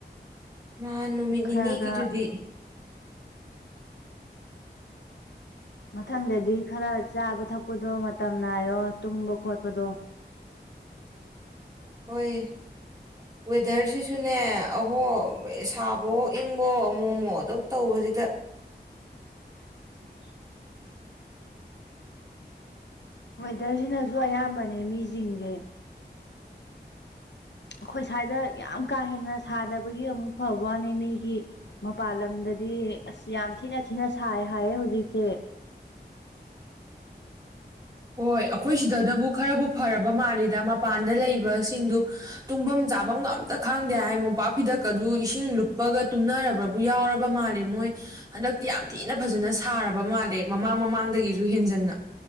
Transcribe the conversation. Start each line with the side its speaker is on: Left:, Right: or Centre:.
Right: ꯅꯍꯥꯟ ꯅꯨꯃꯤꯠ ꯅꯤꯅꯤꯒꯤꯗꯨꯗꯤ
Left: ꯈꯔ ꯈꯔ ꯃꯊꯪꯗꯗꯤ ꯈꯔ ꯆꯥꯕ ꯊꯛꯄꯗꯣ ꯃꯇꯝ ꯅꯥꯏꯔꯣ ꯇꯨꯝꯕ ꯈꯣꯠꯄꯗꯣ
Right: ꯍꯣꯏ ꯋꯦꯗꯔꯁꯤ ꯅꯦ ꯑꯣꯍꯣ <inaudible> ꯁꯥꯕꯑꯣ ꯏꯪꯑꯣ ꯑꯃꯨꯛ ꯑꯃꯨꯛ ꯑꯗꯨꯝ ꯇꯧꯕꯁꯤꯗ
Left: <inaudible> ꯋꯦꯗꯔꯖꯤꯅꯖꯨ ꯑꯌꯥꯝꯕꯅꯦ ꯃꯤꯖꯤꯡꯖꯦ ꯑꯩꯈꯣꯏ ꯁ꯭ꯋꯥꯏꯗ ꯌꯥꯝ ꯀꯥ ꯍꯦꯟꯅ ꯁꯥꯗꯕꯒꯤ ꯑꯃꯨꯛ ꯐꯕ ꯋꯥꯅꯦ ꯃꯤꯒꯤ ꯃꯄꯥꯟ ꯂꯝꯗꯗꯤ ꯑꯁ ꯌꯥꯝ ꯊꯤꯅ ꯊꯤꯅ ꯁꯥꯏ ꯍꯥꯏꯌꯦ ꯍꯧꯖꯤꯛꯁꯦ
Right: ꯍꯣꯏ ꯑꯩꯈꯣꯏ ꯁꯤꯗꯅꯕꯨ ꯈꯔꯕꯨ ꯐꯔꯕ ꯃꯥꯜꯂꯤꯗ ꯃꯄꯥꯟꯗ ꯂꯩꯕ ꯁꯤꯡꯗꯨ ꯇꯨꯝꯐꯝ ꯆꯥꯐꯝꯒ ꯑꯝꯇ ꯈꯪꯗꯦ ꯍꯥꯏ ꯃꯣꯝꯄꯥꯛ ꯐꯤꯗꯛ ꯑꯗꯨ ꯏꯁꯤꯡ ꯂꯨꯞꯄꯒ ꯇꯨꯝꯅꯔꯕꯕꯨ ꯌꯥꯎꯔꯕ ꯃꯥꯜꯂꯦ ꯃꯣꯏ ꯍꯟꯗꯛꯇꯤ ꯌꯥꯝ ꯊꯤꯅ ꯐꯖꯅ ꯁꯥꯔꯕ ꯃꯥꯜꯂꯦ ꯃꯃꯥꯡ ꯃꯃꯥꯡꯗꯒꯤꯁꯨ ꯍꯦꯟꯖꯤꯟꯅ